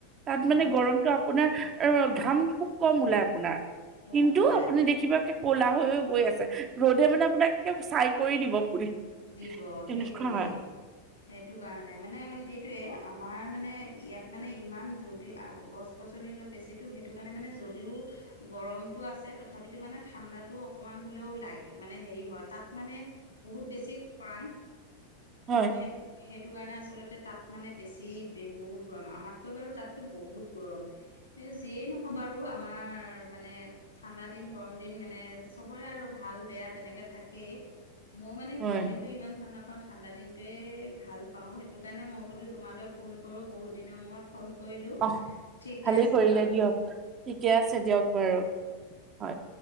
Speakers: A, on the right (about 30°); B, on the left (about 80°).
A: তাত
B: নহয়
A: মানে
B: নহয়
A: গৰমতটো আপোনাৰ অ ঘাম খুব কম ওলাই আপোনাৰ
B: গৰম
A: কিন্তু
B: ওলায়
A: আপুনি দেখিবা কলা হৈয় গৈ আছে ৰ'দে মানে আপোনাক চাই কৰি দিব। পুলি
B: দিব
A: তেনেকুৱা
B: সেইটোৱেই
A: হয়
B: সেইটো কাৰণে মানে স সেইটোৱে আমাৰ মানে ইয়াত মানে ইমান যদি গছ গছনি অলপ বেছি সণে যদিও গৰমটো আছে তথাপিতো মানে ঠাণ্ডাটো অকণমান হ'লেও লাগ মানে হেৰি হয় তাত তাত মানে বহুত বেছি খৰাং
A: হয়
B: সেইটো সেইটো কাৰণে আচলতে তাত মানে বেছি বহুত গৰম আমাতকৈ বাৰু তাততো বহুত গৰম এই যিয়েই নহয় বাৰু আমাৰ মানে ঠাণ্ডা দিন গৰম দিন মানে চবৰে আৰু ভাল বেয়া তেনেকে থাকেই মই মানে
A: হয়
B: গৰম দিনতটো ইমান ভাল নাপাওঁ ঠাণ্ডা দিন টোৱেই ভাল পাওঁ সেইটো কাৰণে মই বোলো তোমালৈ ফোন কৰোঁ, বহুত দিনৰ মূৰত ফোন কৰিলোঁ
A: আহ
B: ঠিকে
A: ভালেই
B: আছে
A: কৰিলে
B: বাৰু
A: দিয়ক, ঠিকে আছে দিয়ক বাৰু হয়